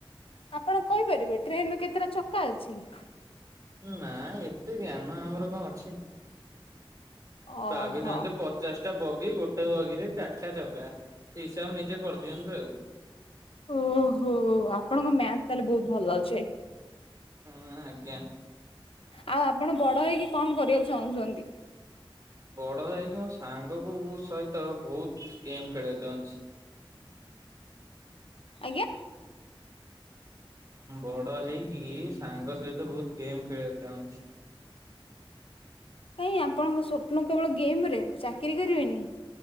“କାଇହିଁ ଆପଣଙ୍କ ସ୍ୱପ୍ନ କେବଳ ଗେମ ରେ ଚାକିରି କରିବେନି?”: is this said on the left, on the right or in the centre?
Left